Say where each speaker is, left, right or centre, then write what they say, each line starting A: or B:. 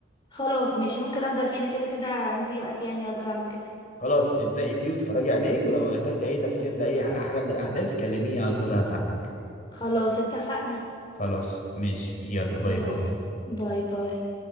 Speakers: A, on the left (about 25°); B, on the left (about 40°).
A: خلاص ماشي ممكن ابدا فيه إن كده كده عندي وقت يعني اقدر اعمل كده
B: خلاص ابدأي فيه واتفرجي عليه ولو احتجتي اي تفسير لاي حاجة من الاحداث كلميني على طول هساعدك
A: خلاص اتفقنا
B: خلاص ماشي يلا باي
A: يلا
B: باي
A: باي باي